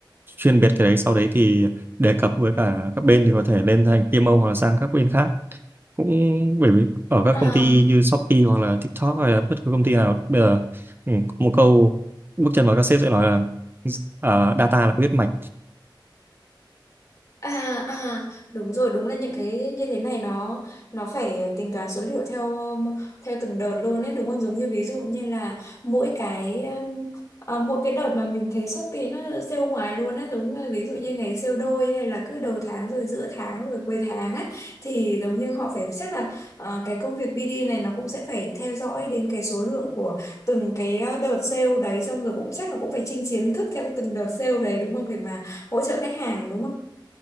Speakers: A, on the right; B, on the left.
A: chuyên biệt cái đấy sau đấy thì đề cập với cả các bên thì có thể lên thành PMO hoặc là sang các bên khác cũng bởi vì ở các
B: à.
A: công ty như Shopee hoặc là TikTok hay là bất cứ công ty nào bây giờ ừ, một câu bước chân vào các sếp sẽ nói là à, data là huyết mạch
B: À à đúng rồi đúng là những cái như thế này nó nó phải tính toán số liệu theo um, theo từng đợt luôn ấy đúng không giống như ví dụ như là mỗi cái um, à, mỗi cái đợt mà mình thấy Shopee nó sale ngoài luôn á giống như ví dụ như ngày sale đôi hay là cứ đầu tháng rồi giữa tháng rồi cuối tháng á thì giống như họ phải chắc là ờ, cái công việc BD này nó cũng sẽ phải theo dõi đến cái số lượng của từng cái ờ, đợt sale đấy xong rồi cũng chắc là cũng phải chinh chiến thức theo từng đợt sale đấy đúng không để mà hỗ trợ khách hàng đúng không?